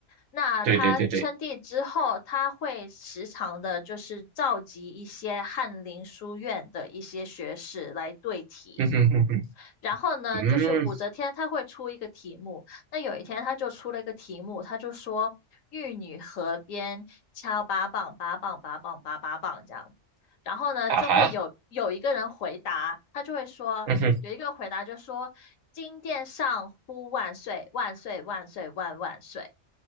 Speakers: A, on the left (about 75°); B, on the right (about 80°).
A: 那她称帝之后，
B: 对对对对，
A: 她会时常的就是召集一些翰林书院的一些学士来对题。
B: <laughs> 嗯哼哼哼
A: 然后呢，
B: 嗯，
A: 就是武则天她会出一个题目，那有一天她就出了一个题目，她就说玉女河边敲八棒，八棒八棒八八棒这样，然后呢就会有有一个人回答，
B: 啊哈，
A: 他就会说有一个回答就说金殿上呼万岁万岁万岁万万岁，
B: 嗯哼，